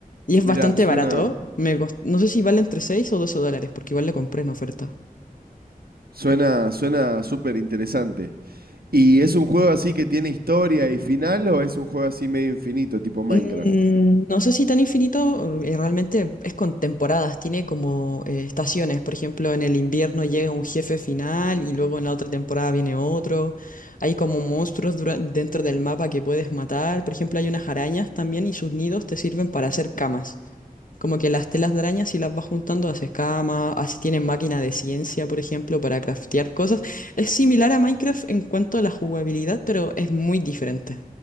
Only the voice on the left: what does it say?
Y es
bastante
barato. Me cost- No sé si vale entre 6 o 12 dólares, porque igual le compré en oferta.
Mm, No sé si tan infinito, eh, realmente es con temporadas, tiene como eh, estaciones, por ejemplo, en el invierno llega un jefe final y luego en la otra temporada viene otro, hay como monstruos dura- dentro del mapa que puedes matar, por ejemplo, hay unas arañas también y sus nidos te sirven para hacer camas. Como que las telas de araña si las vas juntando haces camas, así tienen máquina de ciencia, por ejemplo, para craftear cosas. Es similar a Minecraft en cuanto a la jugabilidad, pero es muy diferente.